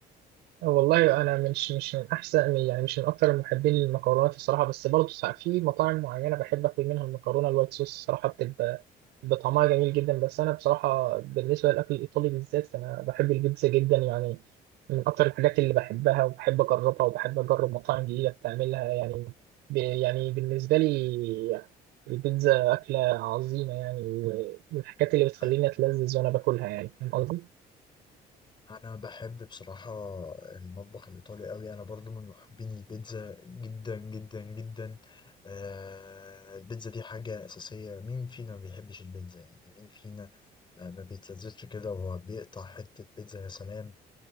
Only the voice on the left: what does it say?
أي.
انا بحب بصراحة المطبخ الايطالي قوي انا برضو من محبين البيتزا جدا جدا جدا آه البيتزا دي حاجة اساسية مين فينا ما بيحبش البيتزا يعني مين فينا آه، ما بيتلذذش كده وهو بيقطع حتة بيتزا يا سلام